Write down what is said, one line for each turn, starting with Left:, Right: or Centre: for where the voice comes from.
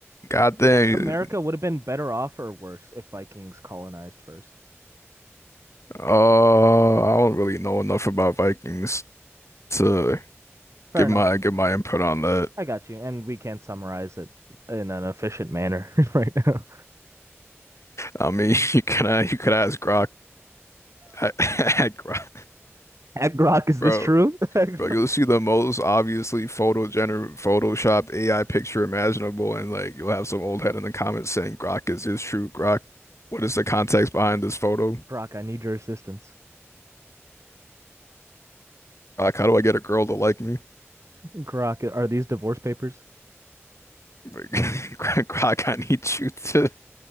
Left: goddamn.
Right: Do you think America would have been better off or worse if Vikings colonized first?
Left: Uh, I don't really know enough about Vikings to
Right: Fair
Left: give
Right: enough.
Left: my give my input on that.
Right: I got you. And we can not summarize it in an efficient manner <laughs> right now.
Left: I mean, <laughs> you can you could ask Grok, <laughs> Grok,
Right: At Grok, is
Left: bro.
Right: this true? <laughs>
Left: Bro, you'll see the most obviously photo gener Photoshop AI picture imaginable, and like you'll have some old head in the comments saying, "Grok, is this true? Grok, what is the context behind this photo?
Right: Grok, I need your assistance.
Left: Grok, how do I get a girl to like me?
Right: Grok, are these divorce papers?
Left: Like, <laughs> Grok, Grok, I need you to